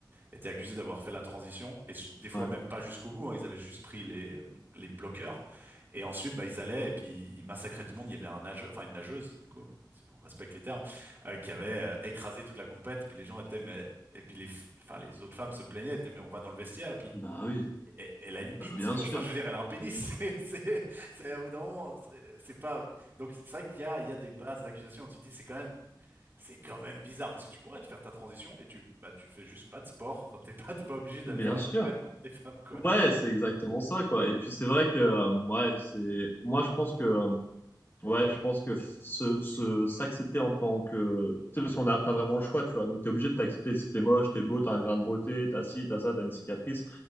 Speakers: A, on the right (about 30°); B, on the left (about 30°).
A: étaient accusés d'avoir fait la transition et s- des fois
B: Ouais.
A: même pas jusqu'au bout. hein, ils avaient juste pris les les bloqueurs et ensuite bah ils allaient et puis ils massacraient tout le monde. Il y avait un nageur, enfin une nageuse du coup, si on respecte les termes, euh, qui avait euh, écrasé toute la compète. Puis les gens étaient mais et puis les f- enfin les autres femmes se plaignaient, étaient mais on va dans le vestiaire et puis
B: Bah oui,
A: e- elle a une bite
B: Bah, bien
A: quoi.
B: sûr.
A: Enfin je veux dire elle a un pénis. <laughs> C'est c'est c'est au bout d'un moment, c'est c'est pas donc c'est vrai qu'il y a il y a des bases d'accusation. Tu te dis c'est quand même c'est quand même bizarre parce que tu pourrais te faire ta transition et tu bah tu fais juste pas de sport. Enfin, t'es pas t'es pas obligé d'aller
B: Bien
A: faire la
B: sûr.
A: compète contre les femmes quoi.
B: Ouais,
A: <laughs>
B: c'est exactement ça, quoi. Et puis c'est vrai que, euh, ouais, c'est. Moi, je pense que. euh, Ouais, je pense que se, se, s'accepter en tant que, tu sais, parce qu'on n'a pas vraiment le choix, tu vois. Donc, t'es obligé de t'accepter si t'es moche, t'es beau, t'as un grain de beauté, t'as ci, t'as ça, t'as une cicatrice